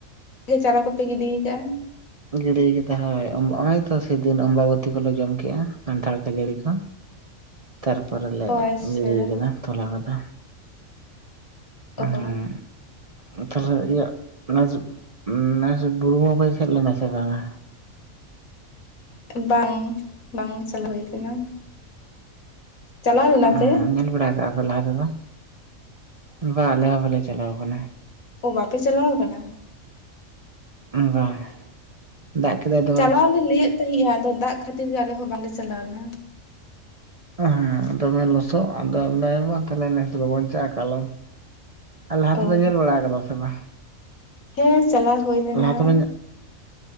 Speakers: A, on the left; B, on the right.
A: ᱜᱮ ᱪᱟᱨᱟ ᱠᱚᱯᱮ ᱜᱤᱰᱤ ᱟᱠᱟᱜᱼᱟ?
B: ᱜᱤᱰᱤ ᱠᱟᱫᱟ ᱦᱳᱭ ᱱᱚᱜ-ᱚᱭ ᱛᱚ ᱥᱮᱫᱤᱱ ᱚᱢᱵᱟᱵᱛᱤ ᱠᱚᱞᱮ ᱡᱚᱢ ᱠᱮᱜᱼᱟ ᱠᱟᱱᱴᱷᱟᱲ ᱠᱷᱟᱹᱡᱟᱹᱲᱤ ᱠᱚ, ᱛᱟᱨᱯᱚᱨᱮ ᱞᱮ
A: ᱚ ᱟᱪᱪᱷᱟ
B: ᱜᱤᱲᱤ ᱠᱟᱫᱟ ᱛᱚᱞᱟ ᱠᱚᱫᱚ᱾
A: ᱚᱜ
B: ᱦᱮᱸ
A: ᱼᱚ
B: ᱛᱟᱦᱚᱞᱮ ᱤᱭᱟᱹ ᱱᱮᱥ ᱱᱮᱥ ᱵᱩᱨᱩ ᱵᱚᱸᱜᱟ ᱯᱮ ᱪᱟᱞᱟᱣ ᱞᱮᱱᱟ ᱥᱮ ᱵᱟᱝᱟ?
A: ᱵᱟᱝ ᱵᱟᱝ ᱪᱟᱞᱟᱣ ᱦᱩᱭ ᱠᱟᱱᱟ᱾ ᱪᱟᱞᱟᱣ ᱞᱮᱱᱟ
B: ᱦᱩᱸ
A: ᱯᱮ
B: ᱧᱮᱞ ᱵᱟᱲᱟ ᱟᱠᱟ ᱟᱯᱮ ᱞᱟᱦᱟ ᱛᱮᱫᱚ? ᱵᱟ ᱟᱞᱮ ᱦᱚᱸ ᱵᱟᱞᱮ ᱪᱟᱞᱟᱣ ᱠᱟᱱᱟ᱾
A: ᱚ ᱵᱟᱯᱮ ᱪᱟᱞᱟᱣ ᱠᱟᱱᱟ
B: ᱵᱟᱝ ᱫᱟᱜ ᱠᱮᱫᱟᱭ ᱟᱫᱚ
A: ᱪᱟᱞᱟᱣ ᱞᱮ ᱞᱟᱹᱭᱮᱫ ᱛᱟᱦᱮᱸᱜᱼᱟ ᱟᱫᱚ ᱫᱟᱜ ᱠᱷᱟᱹᱛᱤᱨ ᱜᱮ ᱟᱞᱮ ᱦᱚᱸ ᱵᱟᱝᱞᱮ ᱪᱟᱞᱟᱣ ᱞᱮᱱᱟ᱾
B: ᱦᱮᱸ ᱦᱮᱸ ᱦᱮᱸ ᱫᱚᱢᱮ ᱞᱚᱥᱚᱫ ᱟᱫᱚ ᱰᱟᱭᱵᱟᱨ ᱛᱟᱞᱮ ᱱᱮᱥ ᱵᱟᱵᱚᱱ ᱪᱟᱜ-ᱟ ᱠᱟᱞᱚᱢ᱾ ᱞᱟᱦᱟ ᱛᱮᱫᱚ
A: ᱚ
B: ᱧᱮᱞ ᱵᱟᱲᱟ ᱠᱟᱫᱟ ᱥᱮ ᱵᱟᱝ?
A: ᱦᱮᱸ ᱪᱟᱞᱟᱣ ᱦᱩᱭ ᱞᱮᱱᱟ᱾
B: ᱞᱟᱦᱟ ᱛᱮᱯᱮ